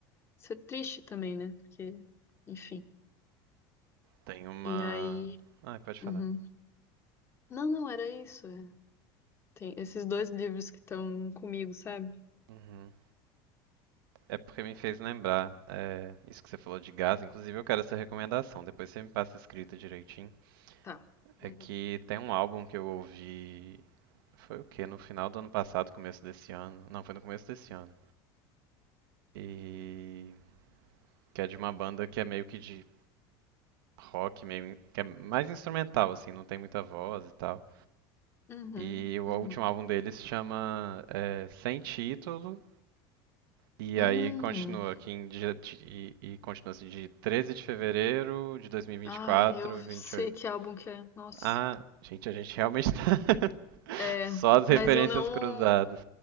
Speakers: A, on the left (about 20°); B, on the right (about 85°).
A: Isso é triste também, né? Porque, enfim.
B: Tem uma.
A: E aí.
B: Ah, pode falar.
A: uhum. Não, não, era isso. é. Tem esses dois livros que estão comigo, sabe?
B: Uhum. É porque me fez lembrar, é, isso que você falou de gás. Inclusive, eu quero essa recomendação. Depois você me passa escrita direitinho.
A: Tá.
B: É
A: Uhum.
B: que tem um álbum que eu ouvi. Foi o quê? No final do ano passado, começo desse ano. Não, foi no começo desse ano. E. Que é de uma banda que é meio que de rock meio que é mais instrumental assim, não tem muita voz e tal.
A: Uhum.
B: E o
A: Uhum.
B: último álbum deles se chama é, Sem Título e
A: Uhum.
B: aí continua aqui em dia, de- e, e continua assim de 13 de fevereiro de 2024,
A: Ai, eu
B: 28.
A: sei que álbum que é. Nossa.
B: Ah, gente, a gente realmente tá <laughs>
A: É,
B: só as
A: mas
B: referências
A: eu não.
B: cruzadas.